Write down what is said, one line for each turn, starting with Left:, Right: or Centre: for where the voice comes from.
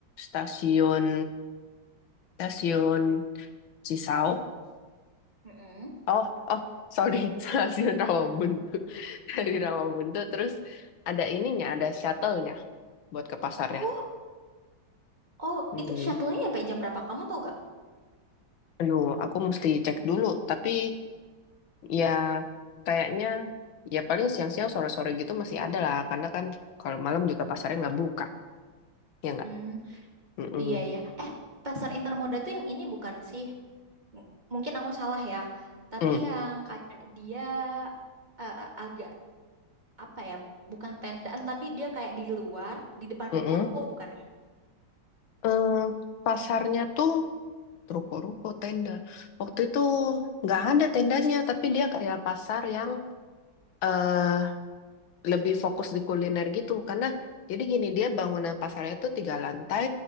Left: stasiun stasiun Cisauk.
Right: Mm-mm.
Left: Oh oh sorry <laughs> stasiun Rawabuntu dari Rawabuntu terus ada ininya ada shuttle-nya buat ke pasarnya.
Right: Oh, oh
Left: Hmm.
Right: itu shuttle-nya sampai jam berapa kamu tau gak?
Left: Aduh, aku mesti cek dulu. Tapi Ya, kayaknya ya paling siang-siang sore-sore gitu masih ada lah, karena kan kalau malam juga pasarnya nggak buka, ya nggak?
Right: Hmm.
Left: Mm-mm.
Right: Iya, ya, Eh, pasar intermoda tuh yang ini bukan sih? M- mungkin aku salah ya. Tapi
Left: Mm,
Right: yang kayak dia eh, agak apa ya? Bukan tendaan, tapi dia kayak di luar, di depan
Left: mm-mm.
Right: ruko-ruko bukan? ya?
Left: Eh, pasarnya tuh ruko-ruko tenda. Waktu itu nggak ada tendanya, tapi dia kayak pasar yang eh, lebih fokus di kuliner gitu karena jadi gini dia bangunan pasarnya tuh tiga lantai